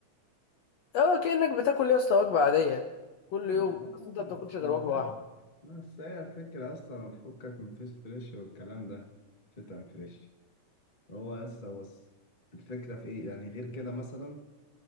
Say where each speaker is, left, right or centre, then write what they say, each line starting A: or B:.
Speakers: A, on the left (about 70°); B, on the left (about 25°).
A: اه كأنك بتاكل يا اسطى وجبة عادية كل
B: آه،
A: يوم بس انت ما بتاكلش غير
B: انا
A: وجبة
B: فاهم
A: واحدة
B: بس هي الفكرة اصلا فكك من فيس فريش والكلام ده فتن فريش هو بس بس الفكرة في ايه يعني غير كده مثلا